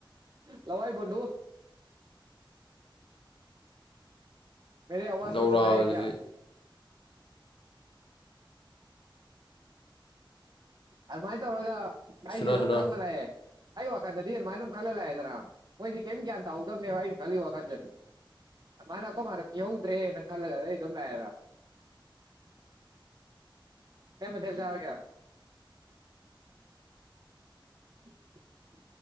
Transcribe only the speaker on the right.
ꯂꯋꯥ ꯏꯕꯨꯣ ꯃꯦꯔꯤ ꯑꯋꯥꯖ
ꯀ ꯁꯅꯥꯌꯥ
ꯀꯌꯥ ꯑꯗꯨꯃꯥꯏꯅ ꯇꯧꯔꯒ ꯑꯩꯁꯦ
ꯑꯗꯨꯝ
ꯈꯪꯒ ꯂꯑꯦ ꯑꯩ ꯋꯥꯈꯟꯗꯗꯤ ꯑꯗꯨꯃꯥꯏꯅ ꯑꯗꯨꯝ ꯈꯜꯂ ꯂꯥꯛꯑꯦꯗꯅ ꯃꯣꯏꯗꯤ ꯀꯔꯤꯝ ꯒ꯭ꯌꯥꯟ ꯇꯥꯍꯧꯗꯕꯅꯦꯕ ꯑꯩꯅ ꯈꯜꯂꯤ ꯋꯥꯈꯟꯗꯗꯤ ꯃꯥꯅ ꯑꯩꯀꯣ ꯃꯥꯅꯤ ꯌꯍꯧꯗ꯭ꯔꯦꯅ ꯈꯜꯂꯒ ꯑꯩ ꯑꯗꯨꯝ ꯂꯥꯛꯑꯦꯗ
ꯀ ꯃꯗꯦ ꯆꯔꯒ <inaudible>